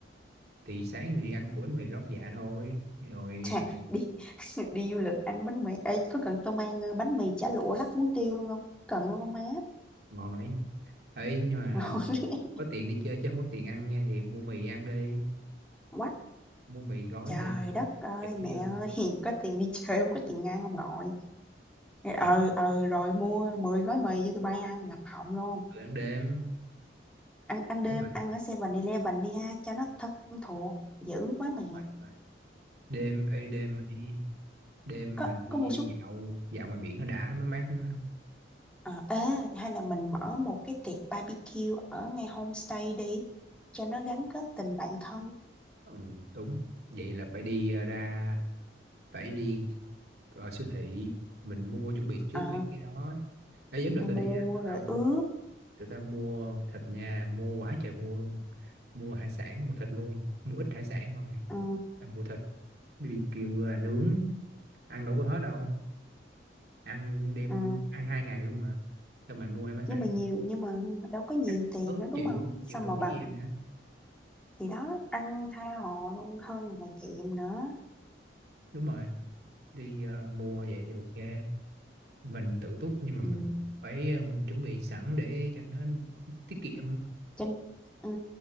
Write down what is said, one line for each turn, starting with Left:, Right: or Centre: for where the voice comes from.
Right: thì sáng thì đi ăn ổ bánh mì lót dạ thôi rồi
Centre: Chà, đi <laughs> đi du lịch ăn bánh mì. Ê, có cần tôi mang ờ, bánh mì chả lụa rắc muối tiêu luôn không? Cần luôn không má?
Right: ngồi ấy nhưng mà
Centre: <laughs> Ngon.
Right: có tiền đi chơi chứ không có tiền ăn nha thì mua mì ăn đi
Centre: Quá
Right: mua mì gói
Centre: trời
Right: thì
Centre: đất ơi
Right: chữ
Centre: mẹ
Right: đi ăn
Centre: ơi <laughs> có tiền đi chơi không có tiền ăn không nội ừ
Right: thì
Centre: ừ rồi mua 10 gói mì cho tụi bay ăn ngập họng luôn
Right: tự ăn đêm
Centre: ăn ăn đêm
Right: Đúng rồi,
Centre: ăn ở 7-Eleven đi ha cho nó thân thuộc dữ quá mẹ
Right: đúng rồi, đúng rồi. đêm ấy đêm mà đi đêm
Centre: có
Right: mà đi
Centre: có mua
Right: đi
Centre: súp
Right: dạo dạo ngoài biển nó đã mới mát mà
Centre: à, ê, hay là mình mở một cái tiệc barbecue ở ngay homestay đi cho nó gắn kết tình bạn thân
Right: ừ, đúng vậy là phải đi ờ, ra phải đi ờ, siêu thị mình mua chuẩn bị trước
Centre: Ờ,
Right: mấy cái đó Ê, giống đợt tao
Centre: mua
Right: đi á,
Centre: rồi
Right: tao
Centre: ướp
Right: tụi ta mua thịt nha mua quá trời mua luôn mua hải sản mua thịt luôn mua ít hải sản thôi
Centre: ừ,
Right: là mua thịt BBQ là nướng ăn đâu có hết đâu ăn đêm
Centre: ừ.
Right: ăn hai ngày luôn mà cho mày mua thêm hải sản
Centre: nhưng mà nhiều nhưng mà đâu có nhiều
Right: chắc
Centre: tiền
Right: cỡ
Centre: nữa đúng
Right: triệu
Centre: không
Right: triệu
Centre: sao
Right: rưỡi
Centre: mà bằng
Right: gì à
Centre: thì đó ăn tha hồ luôn hơn là chịu nữa
Right: đúng rồi đi ờ, mua vậy thì ok mình tự túc nhưng mà
Centre: ừ.
Right: mình phải ừm, chuẩn bị sẵn để cho nó tiết kiệm
Centre: Cho, nên, ừ,